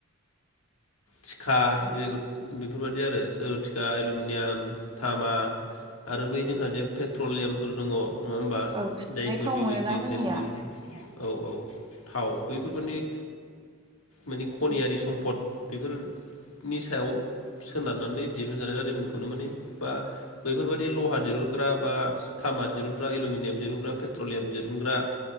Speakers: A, on the left; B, on the right.
A: थिखा
B: औ
A: बेफोरबायदि आरो सोर थिखा एलुमिनियाम थामा आरो बै
B: औ
A: जोंहा जे पेट्रलियामफोर दङ नंआ होमबा
B: औ सोनानै
A: जायखौ
B: थाव
A: <unintelligible>
B: मोनोना जोंनिया
A: थाव बैफोरबादि
B: औ
A: माने खनियारि
B: उम
A: सम्पद बेफोरनि सायाव सोनारनानै दिहुनजानाय दारिमिनखौनो माने बा बैफोरबायदि लहा दिहुनग्रा बा थामा दिहुनग्रा एलुमिनियाम दिहुनग्रा पेट्रलियाम दिहुनग्रा